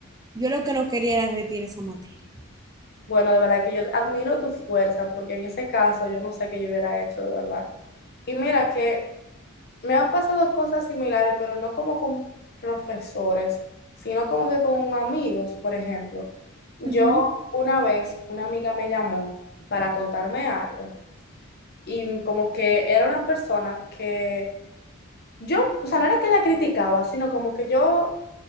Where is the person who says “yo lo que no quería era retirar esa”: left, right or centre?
Right